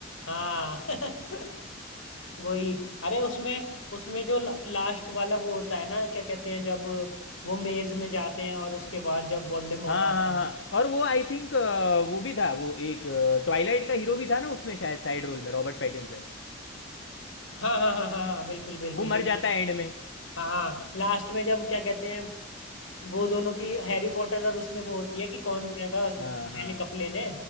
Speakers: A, on the left; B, on the left.
A: हाँ <laughs> वही अरे उसमें उसमें जो लास्ट वाला वो होता है ना क्या कहते हैं जब वो मेज में जाते हैं और उसके बाद जब वोल्डेमॉर्ट
B: हाँ
A: आता
B: हाँ
A: है
B: हाँ और वो आई थिंक वो भी था वो एक ट्वाइलाइट का हीरो भी था ना उसमें शायद साइड रोल में रॉबर्ट पैटिंसन
A: हाँ हाँ हाँ हाँ हाँ बिल्कुल बिल्कुल
B: वो मर
A: बिल्कुल
B: जाता है एंड में
A: हाँ हाँ लास्ट में जब क्या कहते हैं वो दोनों की हैरी पॉटर और उसमें वो होती है कि कौन जाएगा पहले
B: हाँ हाँ
A: कप लेने